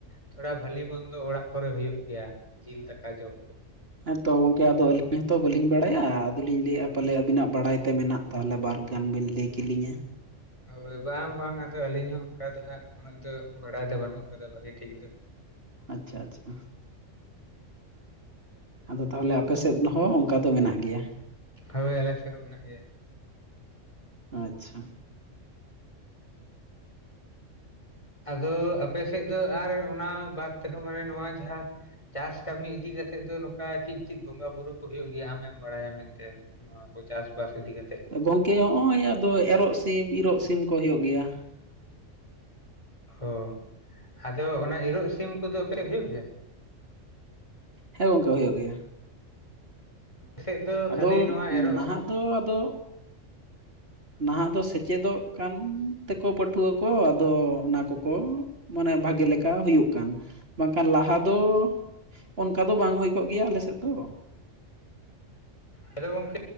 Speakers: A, on the left; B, on the right.
A: ᱛᱷᱚᱲᱟ ᱵᱷᱟᱞᱤ ᱵᱚᱱᱫᱚ ᱚᱲᱟᱜ ᱠᱚᱨᱮᱜ ᱦᱳᱭᱳᱜ ᱜᱮᱭᱟ ᱡᱤᱞ ᱫᱟᱠᱟ ᱡᱚᱢ ᱠᱚ
B: ᱦᱮᱸ ᱛᱚ ᱜᱚᱝᱠᱮ ᱟᱫᱚ ᱟᱹᱞᱤᱧ ᱦᱚᱸᱛᱚ ᱵᱟᱹᱞᱤᱧ ᱵᱟᱲᱟᱭᱟ ᱟᱫᱚᱞᱤᱧ ᱞᱮᱭᱮᱜᱼᱟ ᱯᱟᱞᱮ ᱟᱵᱤᱱᱟᱜ ᱵᱟᱲᱟᱭ ᱛᱮ ᱢᱮᱱᱟᱜ ᱛᱟᱦᱚᱞᱮ ᱵᱟᱨᱜᱟᱱ ᱵᱤᱱ ᱞᱟᱹᱭ ᱠᱤᱞᱤᱧᱟ
A: ᱦᱳᱭ ᱵᱟᱝ ᱵᱟᱝ ᱟᱫᱚ ᱟᱹᱞᱤᱧ ᱦᱚᱸ ᱚᱝᱠᱟ ᱫᱚ ᱦᱟᱸᱜ ᱩᱱᱟᱹᱜ ᱫᱚ ᱵᱟᱲᱟᱭ ᱫᱚ ᱵᱟᱹᱱᱩᱜ ᱠᱟᱫᱟ ᱵᱷᱟᱜᱤ ᱴᱷᱤᱠ ᱫᱚ
B: ᱟᱪᱪᱷᱟ ᱟᱪᱪᱷᱟ ᱟᱫᱚ ᱛᱟᱦᱚᱞᱮ ᱟᱯᱮᱥᱮᱫ ᱦᱚᱸ ᱚᱝᱠᱟ ᱫᱚ ᱢᱮᱱᱟᱜ ᱜᱮᱭᱟ
A: ᱦᱳᱭ ᱟᱞᱮ ᱥᱮᱫ ᱦᱚᱸ ᱢᱮᱱᱟᱜ ᱜᱮᱭᱟ
B: ᱟᱪᱪᱷᱟ
A: ᱟᱫᱚ ᱟᱯᱮ ᱥᱮᱫ ᱫᱚ ᱟᱨ ᱚᱱᱟ ᱵᱟᱫ ᱛᱮᱦᱚᱸ ᱢᱟᱱᱮ ᱱᱚᱣᱟ ᱡᱟᱦᱟᱸ ᱪᱟᱥ ᱠᱟᱹᱢᱤ ᱤᱫᱤ ᱠᱟᱛᱮᱜ ᱫᱚ ᱱᱚᱠᱟ ᱪᱤᱫ ᱪᱤᱫ ᱵᱚᱸᱜᱟ ᱵᱩᱨᱩ ᱠᱚ ᱦᱩᱭᱩᱜ ᱜᱮᱭᱟ ᱟᱢᱮᱢ ᱵᱟᱲᱟᱭᱟ ᱢᱮᱱᱛᱮ ᱱᱚᱣᱟ ᱠᱚ ᱪᱟᱥ ᱵᱟᱥ ᱤᱫᱤ ᱠᱟᱛᱮᱜ
B: ᱜᱚᱝᱠᱮ ᱦᱚᱜᱼᱚᱭ ᱟᱫᱚ ᱮᱨᱚᱜ ᱥᱤᱢ ᱤᱨᱚᱜ ᱥᱤᱢ ᱠᱚ ᱦᱳᱭᱳᱜ ᱜᱮᱭᱟ
A: ᱚ ᱟᱫᱚ ᱚᱱᱟ ᱤᱨᱚᱜ ᱥᱤᱢ ᱠᱚᱫᱚᱯᱮ ᱦᱩᱭᱩᱜ ᱜᱮᱭᱟ
B: ᱦᱮᱸ ᱜᱚᱝᱠᱮ ᱦᱳᱭᱳᱜ ᱜᱮᱭᱟ
A: ᱟᱯᱮ ᱥᱮᱫ ᱫᱚ
B: ᱟᱫᱚ
A: ᱠᱷᱟᱹᱞᱤ ᱱᱚᱣᱟ ᱮᱨᱚᱜ
B: ᱱᱟᱦᱟᱜ ᱫᱚ ᱟᱫᱚ ᱱᱟᱦᱟᱜ ᱫᱚ ᱥᱮᱪᱮᱫᱚᱜ ᱠᱟᱱ ᱛᱮᱠᱚ ᱯᱟᱹᱴᱷᱩᱣᱟᱹ ᱠᱚ ᱟᱫᱚ ᱚᱱᱟ ᱠᱚᱠᱚ ᱢᱟᱱᱮ ᱵᱷᱟᱜᱮ ᱞᱮᱠᱟ ᱦᱳᱭᱳᱜ ᱠᱟᱱ ᱵᱟᱝᱠᱷᱟᱱ ᱞᱟᱦᱟ ᱫᱚ ᱚᱱᱠᱟ ᱫᱚ ᱵᱟᱝ ᱦᱩᱭ ᱠᱚᱜ ᱜᱮᱭᱟ ᱟᱞᱮᱥᱮᱫ ᱫᱚ
A: ᱟᱫᱚ ᱜᱚᱝᱠᱮ